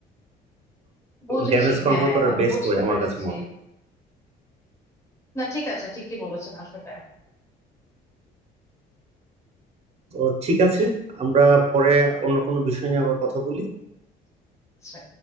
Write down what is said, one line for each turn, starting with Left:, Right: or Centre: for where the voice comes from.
Left: বুঝেছি
Right: ড্যামেজ
Left: হ্যাঁ
Right: কন্ট্রোল করার
Left: আমি
Right: বেস্ট
Left: বুঝতে
Right: ওয়ে আমার
Left: পেরেছি
Right: কাছে মনে হয়
Left: না ঠিক আছে ঠিকই বলেছেন আসলে
Right: তো ঠিক আছে আমরা পরে অন্য কোনো বিষয় নিয়ে আবার কথা বলি
Left: আচ্ছা।